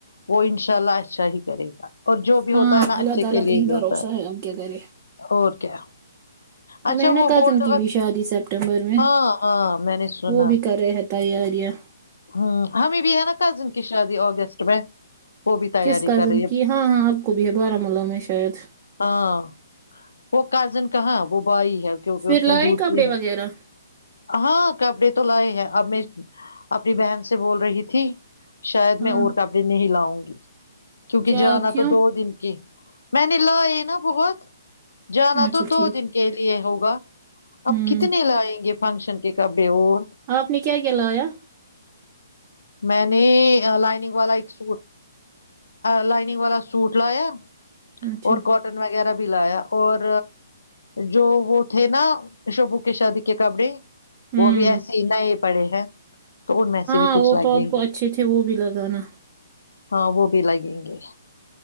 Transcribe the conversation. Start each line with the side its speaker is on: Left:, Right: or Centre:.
Left: وہ ان شاء اللہ اچھا ہی کرے گا اور جو بھی ہوتا
Right: ہاں
Left: ہے نا
Right: اللہ
Left: اچھے
Right: تعالی
Left: کے
Right: پہ
Left: لیے ہی
Right: بھروسہ
Left: ہوتا ہے
Right: اب کیا کرے
Left: اور کیا
Right: ہمیں
Left: اچھا
Right: ہے نا
Left: وہ
Right: کزن
Left: گولڈ
Right: کی بھی شادی سپٹمبر میں
Left: ہاں ہاں میں نے سنا
Right: وہ بھی کر رہے ہیں تیاریاں
Left: ہ ہمیں بھی ہے نا کزن کی شادی اگستٹ میں وہ بھی تیاری
Right: کس کزن
Left: کر رہی ہے
Right: کی ہاں ہاں آپ کو بھی ہے بارامولہ میں شاید
Left: ہاں وہ کازن کہاں وہ وہی ہے کیونکہ
Right: پھر
Left: اس
Right: لائے
Left: نے ڈوٹی
Right: کپڑے
Left: ہے
Right: وغیرہ
Left: ہاں کپڑے تو لاے ہے اب اپنی بہن سے بول رہی تھی شاید
Right: ہاں
Left: میں اور کپڑے نہیں لاؤں گی جی کیونکہ
Right: کیا
Left: جانا
Right: کیوں
Left: تو دو دن کی میں نے لا یہ نہ بہت جانا
Right: اچھا
Left: تو دو
Right: ٹھیک
Left: دن کے لیے ہوگا وہ اب
Right: ہوں
Left: کتنے لائیں گے فنکشن کے کب بی اور
Right: آپ نے کیا کیا لایا
Left: میں نے لائننگ والا ایک سوٹ لائننگ والا سوٹ لایا
Right: اچھا
Left: اور کوٹن وا وغیرہ بھی لایا اور جو وہ تھے نہ شبو کے شادی کے کپڑے
Right: ہوں
Left: وہ ابھی ایسے ہی نیے پڑے ہیں تو ان میں سے بھی
Right: ہاں
Left: کچھ
Right: وہ
Left: لگیں
Right: تو آپ کو
Left: گے
Right: اچھے تھے وہ بھی لگانا
Left: ہاں وہ بھی لگیں گے